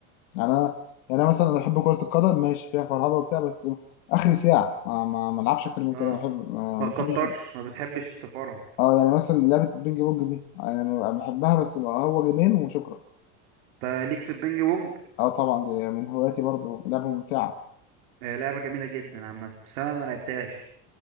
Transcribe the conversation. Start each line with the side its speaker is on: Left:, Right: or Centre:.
Left: يعني انا يعني انا مثلا انا بحب كره القدم ماشي فيها فرهده وبتاع بس اخر ساعه ما ما ما العبش اكتر من
Right: اه
Left: كده انا بحب ما
Right: ما
Left: ما
Right: كترش
Left: بحبش
Right: ما بتحبش تفرهد
Left: اه يعني مثلا لعبه البينج بونج دي يعني انا بحبها بس بقى هو جيمين وشكرا
Right: انت ليك في البينج بونج
Left: اه طبعا دي من هواياتي برضو لعبه ممتعه
Right: آه، لعبه جميله جدا عامه بس انا ما لعبتهاش